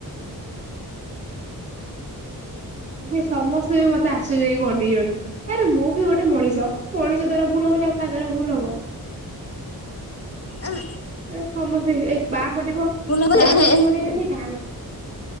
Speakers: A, on the right; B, on the left.
A: ନ ସମସ୍ତେ ବି ମତେ ଆଶ୍ଚର୍ଯ୍ୟ ହେଇକି ଅନେଇଚନ୍ତି। ଆରେ ମୁଁ ବି ଗୋଟେ ମଣିଷ ମଣିଷ ଦ୍ାରା ଭୁଲ ହବନି ଆଉ କାହା ଦ୍ୱାରା ଭୁଲ ହବ।
B: ଆଁ
A: ଏ ସମସ୍ତିଙ୍କି ଏ ବାଁ ପଟିବ
B: ହବ
A: ବାଁ
B: ଯେ
A: ପଟିବ ନେଇତି ଡାହାଣ